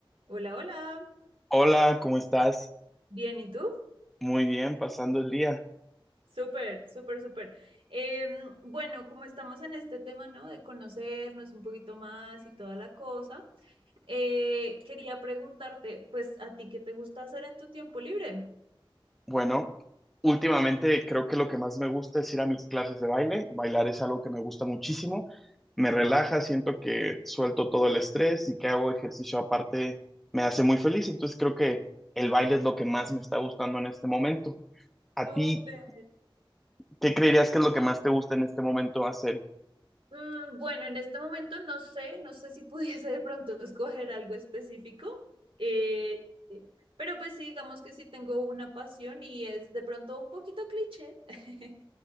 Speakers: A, on the right; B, in the centre.
A: Hola, hola.
B: Hola, ¿cómo estás?
A: Bien, ¿y tú?
B: Muy bien, pasando el día.
A: Súper, súper, súper. Em, bueno, como estamos en este tema, ¿no? De conocernos un poquito más y toda la cosa, eh, quería preguntarte, pues, ¿a ti qué te gusta hacer en tu tiempo libre?
B: Bueno, últimamente creo que lo que más me gusta es ir a mis clases de baile. Bailar es algo que me gusta muchísimo. Me relaja, siento que suelto todo el estrés y que hago ejercicio aparte me hace muy feliz. Entonces creo que el baile es lo que más me está gustando en este momento. ¿A
A: Súper.
B: ti qué creerías que es lo que más te gusta en este momento hacer?
A: Mm, bueno, en este momento no sé, no sé si <laughs> pudiese de pronto escoger algo específico, eh, pero pues sí, digamos que sí tengo una pasión y es de pronto un poquito cliché. <laughs>